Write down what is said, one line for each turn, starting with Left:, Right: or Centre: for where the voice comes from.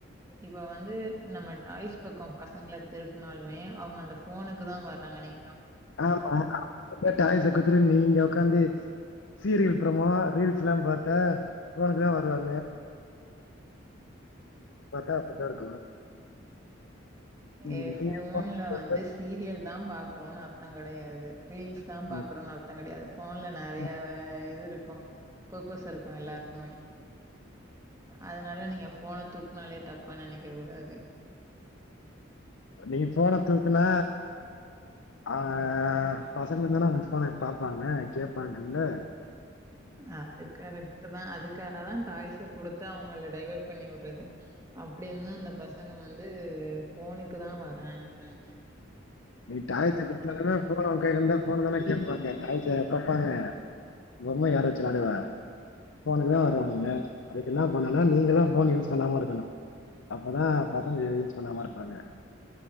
Right: இப்ப வந்து நம்ம டாய்ஸ் பக்கொ பசங்கள திருப்புனாலுமே அவங்க அந்த ஃபோனுக்கு தா வர்றாங்கனே
Left: ஆமா இப்ப டாய்ஸ குடுத்துட்டு நீங்க உக்காந்து சீரியல் அப்புறமா ரீல்ஸ்லா பாத்தா ஃபோனுக்கு தா வருவாங் பாத்தா அப்டிதா இருக்கு ம்
Right: ஏ
Left: நீ
Right: ஃபோன்ல
Left: ஃபோன
Right: வந்து சீரியல் தா பாக்குறோனு அர் தொ கெடையாது ரீல்ஸ் தா பாக்குறோனு
Left: ம்.
Right: அர்த்தோ கெடையாது ஃபோன்ல நறைய
Left: ம்.
Right: வ இது இருக்கு பப்பஸ் இருக்கு எல்லாருக்குமே அதுனால நீங்க ஃபோன தூக்குனாலே தப்பா நெனைக்கக் கூடாது
Left: நீங்க ஃபோன தூக்குனா ஆ பசங்க தான ஃபோனே பாப்பாங்க கேப்பாங்கல்ல
Right: அது கரெக்ட்டுதா அதுக் காகதா டாய்ஸ குடுத்து அவுங்கள டைவேட் பண்ணி உர்றது அப்டிருந்து அந்த பசங்க வந்து ஃபோனுக்கு தா வரங்குறாங்க
Left: நீ டாய்ஸ குடுத்தாலுமே அ ஃபோன் அவ கைலருந்தா ஃபோன தான கேப்பாங்க டாய்ஸா கேப் பாங்க பொம்ம யாரு வெச்சி வ்ளாடுவா ஃபோனுக்கு தா வருவாய்ங்க அதுக்கென்னா பண்ணுனா நீங்கதா ஃபோன் யூஸ் பண்ணாம இருக்கணு அப்பதா பசங்க யூஸ் பண்ணாம இருப்பாங்க